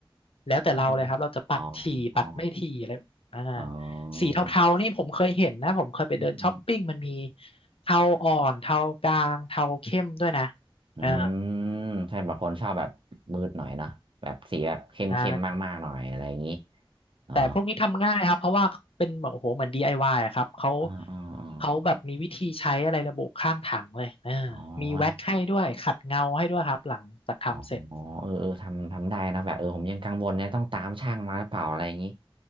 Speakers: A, on the left; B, on the right.
A: แล้วแต่เราเลยครับ
B: อา
A: เราจะปัดถี่ปัดไม่ถี่อะไรอ่า
B: อ๋ออ๋ออ๋อ
A: สีเทาๆนี่ผมเคยเห็นนะ ผมเคยไปเดินช้อปปิ้งมันมี
B: อืมอืม
A: เทาอ่อนเทากลางเทาเข้มด้วยนะ
B: อืม
A: เออ
B: ใช่บางคนชอบแบบมืดหน่อยเนาะแบบสีแบบเข้มเข้มมากๆหน่อยอะไรอย่างนี้
A: ใช่
B: อ๋อ
A: แต่พวกนี้ทำง่ายครับ เพราะว่าเป็นแบบโอ้โหเหมือน DIY อวายอะครับ เขา
B: อ๋ออ๋อ
A: เขาแบบมีวิธีใช้อะไรระบุข้างถังเลยเออ
B: อ๋อ
A: มีแว็กให้ด้วยขัดเงาให้ด้วยครับหลังจากทำเสร็จ
B: อ๋ออ๋อเออเออทำทำได้นะแบบเออผมยังกังวลเนี่ยต้องตามช่างมาหรือเปล่าอะไรอย่างนี้